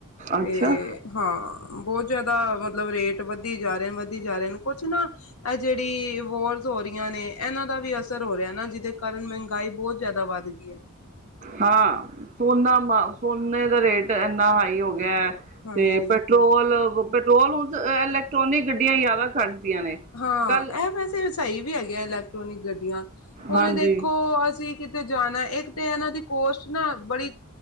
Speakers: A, on the right; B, on the left.
A: ਅੱਛਾ
B: ਤੇ ਹਾਂ ਬਹੁਤ ਜ਼ਿਆਦਾ ਮਤਲਬ ਰੇਟ ਵੱਧੀ ਜਾ ਰਹੇ ਨੇ ਵੱਧੀ ਜਾ ਰਹੇ ਨੇ ਕੁਛ ਨਾ ਐ ਜਿਹੜੀ ਵੋਲ ਤੋਂ ਹੋ ਰਹੀਆਂ ਨੇ ਇਹਨਾਂ ਦਾ ਵੀ ਅਸਰ ਹੋ ਰਿਹਾ ਨਾ ਜਿਹਦੇ ਕਾਰਨ ਮਹਿੰਗਾਈ ਬਹੁਤ ਜ਼ਿਆਦਾ ਵੱਧ ਗਈ ਹੈ।
A: ਹਾਂ ਸੋਨਾ ਆਪਾ ਸੋਨੇ ਦਾ ਰੇਟ ਇੰਨਾ ਹਾਈ ਹੋ ਗਿਆ ਹੈ।
B: ਹਾਂਜੀ
A: ਤੇ ਪੈਟਰੋਲ ਪੈਟਰੋਲ ਹੁਣ ਤਾਂ ਇਲੈਕਟ੍ਰੋਨਿਕ ਗੱਡੀਆਂ ਜ਼ਿਆਦਾ ਕੱਢਦੀਆਂ ਨੇ
B: ਹਾਂ
A: ਕੱਲ
B: ਇਹ ਵੈਸੇ ਸਹੀ ਵੀ ਹੈਗੀ। ਐ ਇਲੈਕਟ੍ਰੋਨਿਕ ਗੱਡੀਆਂ ਹੁਣ
A: ਹਾਂਜੀ
B: ਦੇਖੋ ਅਸੀਂ ਕਿਤੇ ਜਾਣਾ ਏ ਤੇ ਇਹਨਾਂ ਦੀ ਕੋਸਟ ਨਾ ਬੜੀ